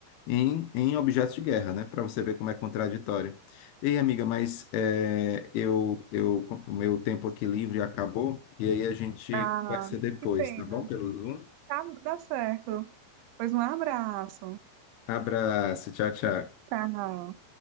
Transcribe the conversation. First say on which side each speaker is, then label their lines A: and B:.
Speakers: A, on the left (about 80°); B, on the right (about 85°).
A: em, em objetos de guerra, né? Para você ver como é contraditório. Ei, amiga, mas eh, eu, eu, o meu tempo aqui livre acabou, e aí a gente
B: Ah,
A: conversa depois,
B: que pena.
A: tá bom? Pelo Zoom.
B: Tá, dá certo. Pois um abraço.
A: Abraço, tchau, tchau.
B: Tchau.